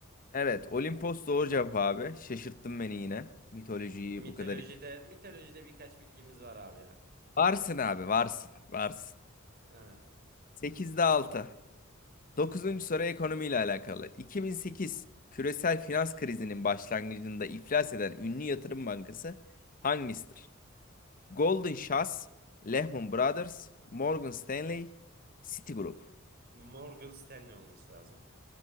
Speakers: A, on the left (about 40°); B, on the right (about 50°).
A: Evet Olimpos doğru cevap abi. Şaşırttın beni yine. Mitolojiyi
B: Mitolojide
A: bu kadar iyi.
B: mitolojide birkaç bilgimiz var abi ya.
A: Varsın abi varsın. Varsın.
B: Evet.
A: Sekizde 6. Dokuzuncu soru ekonomiyle alakalı. 2008 küresel finans krizinin başlangıcında iflas eden ünlü yatırım bankası hangisidir? Goldman Sachs, Lehman Brothers, Morgan Stanley, Citigroup.
B: Morgan Stanley olması lazım.